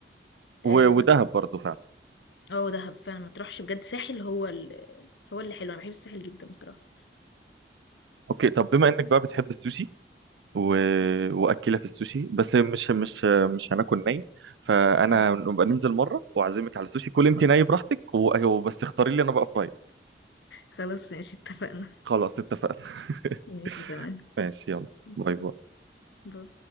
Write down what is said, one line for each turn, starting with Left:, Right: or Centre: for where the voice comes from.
Right: و-
Left: آه بس
Right: ودهب برضه فعلا
Left: اه دهب فعلا ما تروحش بجد ساحل هو ال... هو اللي حلو انا بحب الساحل جدا بصراحة
Right: اوكي طب بما انك بقى بتحب السوشي و...
Left: <laughs>
Right: واكله في السوشي بس مش مش مش هناكل ني فانا
Left: آه.
Right: نبقى ننزل مره واعزمك على السوشي كل انت ني براحتك و... وبس اختاري لي انا بقى فراي
Left: خلاص ماشي اتفقنا
Right: خلاص اتفقنا <laughs>
Left: ماشي تمام
Right: ماشي يلا
Left: <laughs>
Right: باي باي
Left: باي.